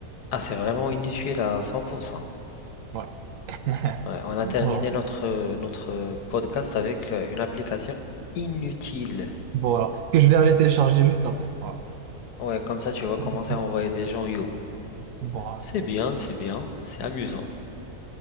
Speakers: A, on the left; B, on the right.
A: Ah, c'est vraiment inutile à 100%.
B: Ouais. <laughs>
A: Ouais, on a terminé
B: Voilà.
A: notre, notre podcast avec euh, une application inutile.
B: Voilà. Que je vais aller télécharger juste après. Voilà.
A: Ouais, comme ça, tu vas
B: <laughs>
A: commencer à envoyer des gens Yo.
B: Voilà.
A: C'est bien, c'est bien, c'est amusant.